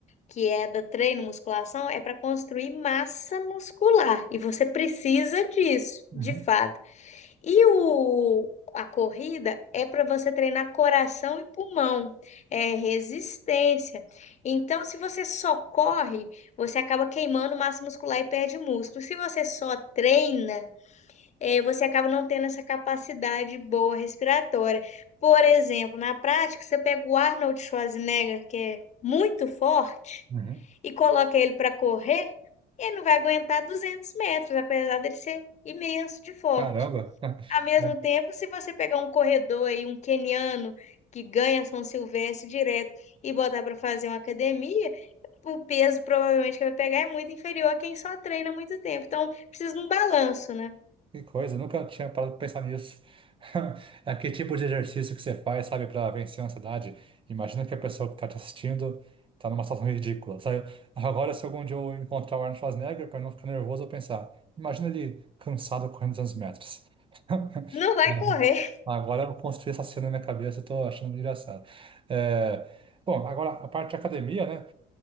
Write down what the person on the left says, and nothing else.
que é da treino musculação, é para construir massa muscular e você precisa disso,
de fato. E o, a corrida é para você treinar coração e pulmão, é resistência. Então, se você só corre, você acaba queimando massa muscular e perde músculo. Se você só treina, eh, você acaba não tendo essa capacidade boa respiratória. Por exemplo, na prática, você pega o Arnold Schwarzenegger, que é muito forte,
e coloca ele para correr, ele não vai aguentar 200 metros, apesar dele ser imenso de forte.
Ao mesmo tempo, se você pegar um corredor aí, um queniano que ganha São Silvestre direto e botar para fazer uma academia, o peso provavelmente que vai pegar é muito inferior a quem só treina há muito tempo. Então, precisa de um balanço, né?
Não vai correr.